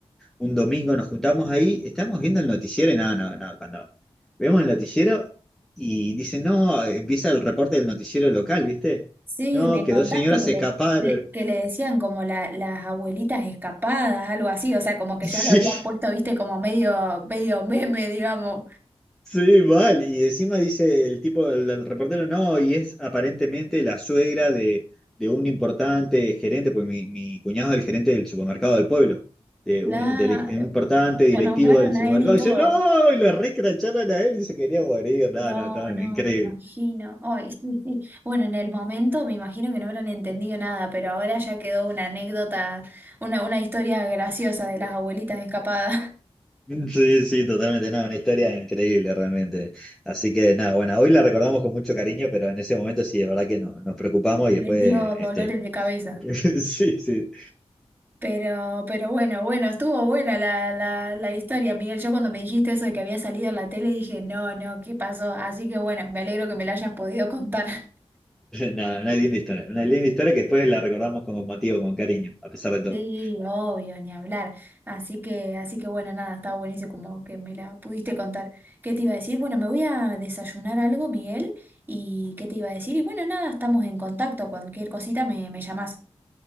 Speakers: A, in the centre; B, on the right.
A: un domingo nos juntamos ahí, estábamos viendo el noticiero y nada, no, no, cuando vemos el noticiero y dicen, no, empieza el reporte del noticiero local, ¿viste?
B: Sí,
A: No,
B: me
A: que
B: contaste
A: dos señoras
B: que
A: se
B: le,
A: escaparon.
B: de- que
A: <laughs>
B: le decían como la- las abuelitas escapadas, algo así, o sea, como que ya
A: Sí,
B: lo habían puesto, viste, como medio, medio meme, digamos.
A: sí, mal. Y encima dice el tipo, el, el reportero, no, y es aparentemente la suegra de, de un importante gerente, pues mi, mi cuñado es el gerente del supermercado del pueblo. De
B: Claro,
A: un, del- un importante directivo
B: lo nombraron
A: del supermercado,
B: a él y todo.
A: y dice, no, y lo recracharon a él y se quería morir, no,
B: No,
A: no,
B: no,
A: no, increíble.
B: me imagino. Ay, sí, sí. Bueno, en el momento me imagino que no habrán entendido nada, pero ahora ya quedó una anécdota, una, una historia graciosa de las abuelitas escapadas.
A: Sí, sí, totalmente, nada, una historia increíble realmente. Así que nada, bueno, hoy la recordamos con mucho cariño, pero en ese momento sí, es verdad que no, nos preocupamos
B: <laughs> Les
A: y después,
B: dio
A: este,
B: dolores de cabeza.
A: <laughs> sí, sí,
B: Pero, pero bueno, bueno, estuvo buena la, la, la historia, Miguel. Yo cuando me dijiste eso de que había salido en la tele dije, no, no, ¿qué pasó? Así que bueno, me alegro que me la hayas podido contar. <laughs>
A: nada, una linda historia, una linda historia que después la recordamos con motivo, con cariño, a pesar de todo.
B: Sí, obvio, ni hablar. Así que, así que bueno, nada, estaba buenísimo como que me la pudiste contar. ¿Qué te iba a decir? Bueno, me voy a desayunar algo, Miguel. ¿Y qué te iba a decir? Y bueno, nada, estamos en contacto. Cualquier cosita me, me llamás.